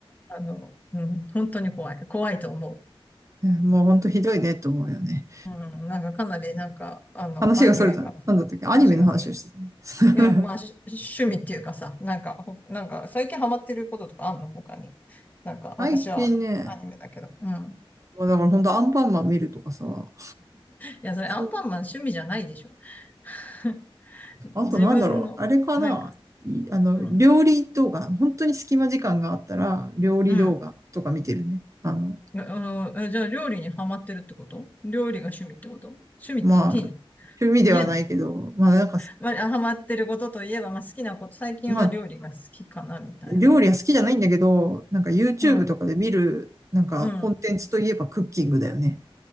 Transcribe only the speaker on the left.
あの、うん、本当に怖い。怖いと思う。
うん、なんかかなりなんか、あの、
アニメからさ、
話がする。いや、まあ、し趣味っていうかさ、なんか、ほなんか、最近ハマってることとかあんの他に。なんか、
私はアニメだけど。うん。い
や、それアンパンマン趣味じゃないでしょ。
<laughs>
自分の、
なんか、
うん、
うん。
うんうんじゃあ、料理にハマってるってこと料理が趣味ってこと趣味って言っていいの
言えんの
まあ、ハマってることといえば、まあ、好きなこと、最近は料理が好きかな、
みたいな。
うん、
うん。